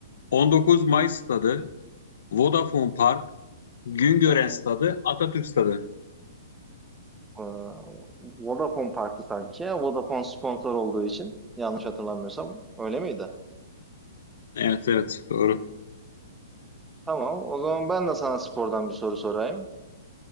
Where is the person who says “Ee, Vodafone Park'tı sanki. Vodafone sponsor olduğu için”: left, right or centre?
Centre